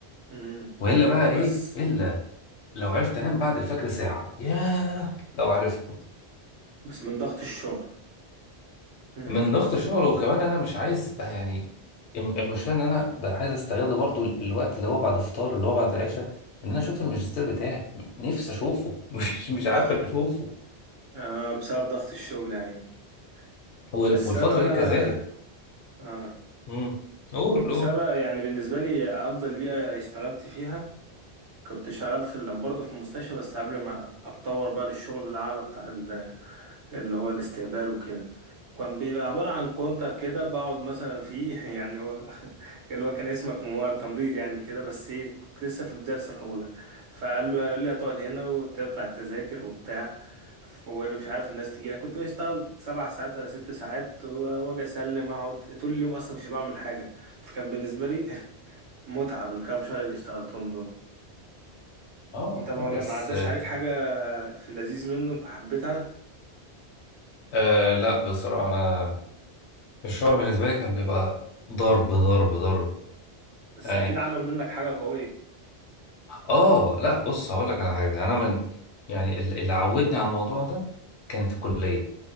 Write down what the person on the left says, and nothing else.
والا بقى ايه
الا لو عرفت انام بعد الفجر ساعه ياه لو عرفت
من ضغط الشغل وكمان انا مش عايز يعني الم- المشكله ان انا بقى عايز استغل برضو ال- الوقت اللي هو بعد الفطار اللي هو بعد العشاء ان انا اشوف الماجستير بتاعي نفسي اشوفه <laughs> مش مش
عارف اشوفه
وال-
والفتره
دي كذلك
امم قول
قول
اه
آه،
بس
آه
آه، لا بصراحه انا الشعر بالنسبة لي كان بيبقى ضرب ضرب ضرب
يعني
اه لا بص هقول لك على حاجة انا من يعني ال- اللي عودني على الموضوع ده كانت الكلية